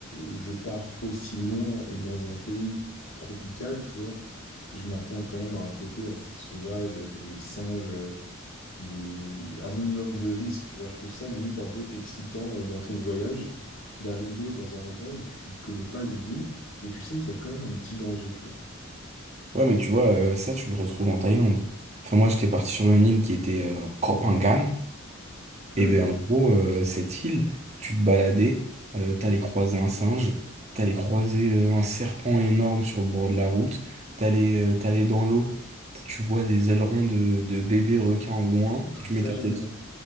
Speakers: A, on the left; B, on the right.
A: je pars aussi loin et dans un pays tropical, tu vois, je m'attends quand même à un côté assez sauvage, euh, des singes, euh, des... un minimum de risque, tu vois. Je trouve ça limite un peu excitant euh, dans ton voyage d'arriver dans un endroit où tu connais pas du tout et tu sais qu'il y a quand même un petit danger, tu vois.
B: Ouais, mais tu vois, euh, ça, tu le retrouves en Thaïlande. Enfin, moi, j'étais parti sur une île qui était euh, Koh Phangan.
A: Mhm.
B: Et ben en gros, euh, cette île, tu te baladais, euh, t'allais croiser un singe, t'allais croiser euh, un serpent énorme sur le bord de la route, t'allais euh, t'allais dans l'eau, tu vois des ailerons de, de bébés requins au loin,
A: Ah,
B: tu
A: ça,
B: mets ta
A: j'aime
B: tête,
A: bien.